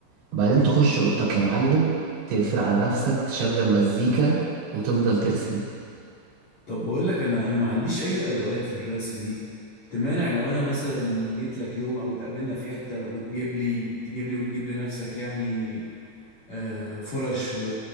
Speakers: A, on the right; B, on the left.
A: وبعدين تخش اوضتك يا معلم تقفل على نفسك تشغل مزيكا وتفضل ترسم
B: طب بقول لك انا انا ما عنديش اي ادوات للرسم دي تمانع لو انا مثلا جيت لك يوم او اتقابلنا في حتة وتجيب لي تجيب لي وتجيب لنفسك يعني آه، فرش و-